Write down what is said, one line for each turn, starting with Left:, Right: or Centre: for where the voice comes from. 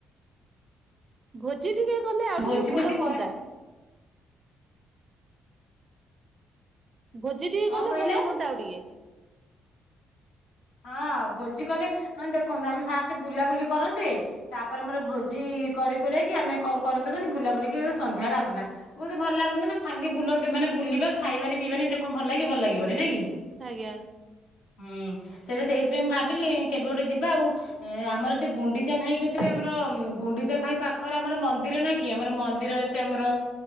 Right: ଭୋଜି ଟିକେ କଲେ ଆଉ
Left: ଭୋଜି
Right: ଟିକେ ଭଲ
Left: ଭୋଜି
Right: ହୁଅନ୍ତା।
Left: କରି
Right: ଭୋଜି ଟିକେ
Left: କଣ
Right: ଗଲେ
Left: କହିଲେ
Right: ଭଲ ହୁଅନ୍ତା ଆଉ ଟିକେ।
Left: ହଁ ଭୋଜି କଲେ ମାନେ ଦେଖନ୍ତୁ ଆମେ ଫାଷ୍ଟ ବୁଲାବୁଲି କରନ୍ତେ ତାପରେ ଆମର ଭୋଜି କରି କୁରା କି ଆମେ କଣ କରନ୍ତେ କନି ବୁଲା ବୁଲିିକି ସନ୍ଧ୍ୟାବେଳେ ଆସନ୍ତା। ବହୁତ ଭଲ ଲାଗନ୍ତା ନା ଖାଲି ବୁଲନ୍ତି ମାନେ ବୁଲିବା ଖାଇବାନି ପିଇବାନି ଏଟେ କଣ ଭଲ ଲାଗିବ ଭଲ ଲାଗିବନି ନାଇ କି।
Right: ଆଜ୍ଞା।
Left: ହୁଁ ସେଟା ସେଇଥିପାଇଁ ମୁଁ ଭାବିଲି କେବେ ଗୋଟେ ଯିବା ଆଉ। ଅ ଆମର ସେ ଗୁଣ୍ଡିଚା ଘାଇ ପାଖରେ ଆମର ଗୁଣ୍ଡିଚା ଘାଇ ପାଖରେ ଆମର ମନ୍ଦିର ନାହିଁ କି ଆମର ମନ୍ଦିର ଅଛି। ଆମର